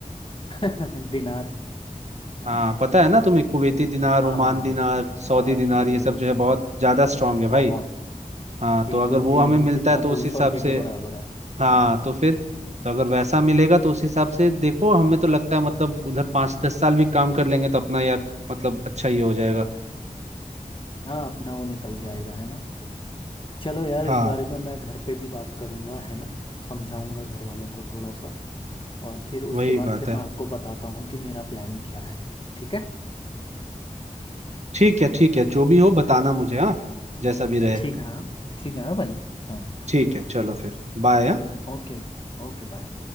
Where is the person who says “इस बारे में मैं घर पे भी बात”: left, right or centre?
Left